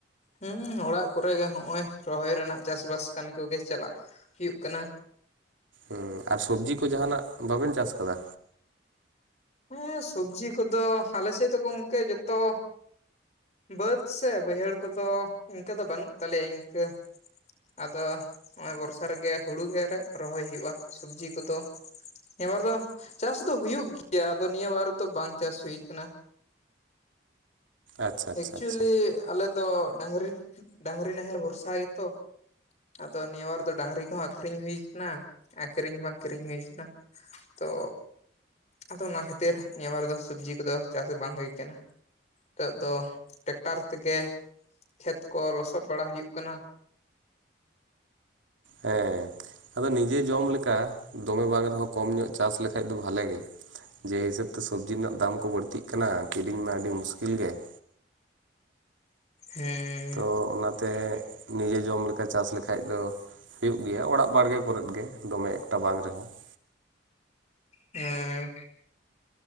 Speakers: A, on the left; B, on the right.
A: ᱦᱩᱸ ᱚᱲᱟᱜ ᱠᱚᱨᱮ ᱜᱮ ᱦᱚᱸᱜ-ᱚᱭ ᱨᱚᱦᱚᱭ ᱨᱮᱱᱟᱜ ᱪᱟᱥᱼᱵᱟᱥ ᱠᱟᱢᱤ ᱠᱚᱜᱮ ᱪᱟᱞᱟᱜ ᱦᱩᱭᱩᱜ ᱠᱟᱱᱟ᱾
B: ᱦᱩᱸ ᱟᱨ ᱥᱚᱵᱽᱡᱤ ᱠᱚ ᱡᱟᱦᱟᱸ ᱱᱟᱜ ᱵᱟᱵᱮᱱ ᱪᱟᱥ ᱠᱟᱫᱟ?
A: ᱦᱮᱸ ᱥᱚᱵᱽᱡᱤ ᱠᱚᱫᱚ ᱟᱞᱮ ᱥᱮᱜ ᱫᱚ ᱜᱚᱝᱠᱮ ᱡᱚᱛᱚ ᱵᱟᱹᱛᱼᱼ ᱥᱮ ᱵᱟᱹᱭᱦᱟᱹᱲ ᱠᱚᱫᱚ ᱤᱱᱠᱟᱹ ᱫᱚ ᱵᱟᱹᱱᱩᱜ ᱛᱟᱞᱮᱭᱟ ᱤᱱᱠᱟᱹ᱾ ᱟᱫᱚ ᱱᱚᱜ-ᱚᱭ ᱵᱚᱨᱥᱟ ᱨᱮᱜᱮ ᱦᱩᱲᱩ ᱜᱮ ᱨᱮ ᱨᱚᱦᱚᱭ ᱦᱩᱭᱩᱜ-ᱟ ᱥᱚᱵᱽᱡᱤ ᱠᱚᱫᱚᱼᱼ ᱱᱤᱭᱟᱹ ᱵᱟᱨ ᱫᱚ ᱪᱟᱥ ᱫᱚ ᱦᱩᱭᱩᱜ ᱜᱮᱭᱟ ᱟᱫᱚ ᱱᱤᱭᱟᱹ ᱵᱟᱨ ᱫᱚ ᱵᱟᱝ ᱪᱟᱥ ᱦᱩᱭ ᱠᱟᱱᱟ᱾
B: ᱟᱪᱪᱷᱟ ᱟᱪᱪᱷᱟ
A: ᱮᱠᱪᱩᱭᱞᱤ
B: ᱟᱪᱪᱷᱟ
A: ᱟᱞᱮ ᱫᱚ ᱰᱟᱝᱨᱤ ᱰᱟᱝᱨᱤ ᱱᱟᱦᱮᱞ ᱵᱚᱨᱥᱟ ᱜᱮᱛᱚ᱾ ᱟᱫᱚ ᱱᱤᱭᱟᱹ ᱵᱟᱨ ᱫᱚ ᱰᱟᱝᱨᱤ ᱠᱚᱦᱚᱸ ᱟᱠᱷᱨᱤᱧ ᱦᱩᱭ ᱠᱟᱱᱟ ᱟᱨ ᱠᱤᱨᱤᱧ ᱦᱚᱸ ᱵᱟᱝ ᱠᱤᱨᱤᱧ ᱦᱩᱭ ᱠᱟᱱᱟ ᱾ ᱛᱚ ᱟᱫᱚ ᱚᱱᱟ ᱠᱷᱟᱹᱛᱤᱨ ᱱᱤᱭᱟᱹ ᱵᱟᱨ ᱫᱚ ᱥᱚᱵᱡᱤ ᱠᱚᱫᱚ ᱪᱟᱥ ᱵᱟᱝ ᱦᱩᱭ ᱠᱟᱱᱟ ᱾ ᱟᱫᱚ ᱴᱮᱠᱴᱟᱨ ᱛᱮᱜᱮ ᱠᱷᱮᱛ ᱠᱚ ᱞᱚᱥᱚᱫ ᱵᱟᱲᱟ ᱦᱩᱭᱩᱜ ᱠᱟᱱᱟ ᱾
B: ᱦᱮᱸ ᱟᱫᱚ ᱱᱤᱡᱮ ᱡᱚᱢ ᱞᱮᱠᱟ ᱫᱚᱢᱮ ᱵᱟᱝ ᱨᱮᱦᱚᱸ ᱠᱚᱢ ᱧᱚᱜ ᱪᱟᱥ ᱞᱮᱠᱷᱟᱡ ᱫᱚ ᱵᱷᱟᱞᱮ ᱜᱮ ᱾ ᱡᱮ ᱦᱤᱥᱟᱹᱵ ᱛᱮ ᱥᱚᱵᱽᱡᱤ ᱨᱮᱱᱟᱜ ᱫᱟᱢ ᱠᱚ ᱵᱟᱹᱲᱛᱤᱜ ᱠᱟᱱᱟ ᱠᱤᱨᱤᱧ ᱢᱟ ᱟᱹᱰᱤ ᱢᱩᱥᱠᱤᱞ ᱜᱮ ᱾
A: ᱦᱮᱸ
B: ᱛᱚ ᱚᱱᱟᱛᱮᱼᱼ ᱱᱤᱡᱮ ᱡᱚᱢ ᱞᱮᱠᱟ ᱪᱟᱥ ᱞᱮᱠᱷᱟᱡ ᱫᱚ ᱦᱩᱭᱩᱜ ᱜᱮᱭᱟ ᱚᱲᱟᱜ ᱵᱟᱲᱜᱮ ᱠᱚᱨᱮᱫ ᱜᱮ ᱫᱚᱢᱮ ᱮᱠᱴᱟ ᱵᱟᱝ ᱨᱮᱦᱚᱸ ᱾
A: ᱦᱮᱸ